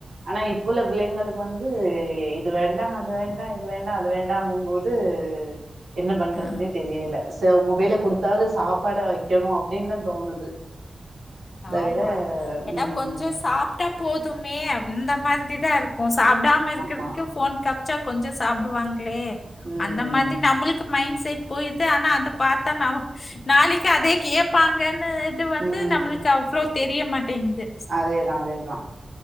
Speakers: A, on the right; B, on the left.
A: ஆனா இப்புள்ள பிள்ளைங்களுக்கு வந்து இது வேண்டா அது வேண்டா இது வேண்டா அது வேண்டாங்கும்போது து என்ன பண்றதுன்னே
B: ஆ
A: தெரியல சோ மொபைல கொடுத்தாவது
B: ஐயோ
A: சாப்பாட வ க்கணு அப்டின்தா தோணுது தவிர
B: ஆமா எதா
A: ம்
B: கொஞ்சோ சாப் ட்டா போதுமே இந்த மாதிரி தா இருக்கு சாப்டாம இருக்குறதுக்கு
A: ஆமா
B: ஃபோன் ச்சா கொஞ்சோ சாப்டுவாங்களே
A: ம்
B: அந்த மாதிரி நம்மளுக் மைண்ட் செட் போயுது ஆனா அத பாத்தா ந நாளைக்கு அதே கேப் ப்பாங்கன்னு இது வந்து
A: ம்
B: நம்மளுக்கு அவ்ளோ தெரியமாட்டேங்து
A: அதேதா அதேதா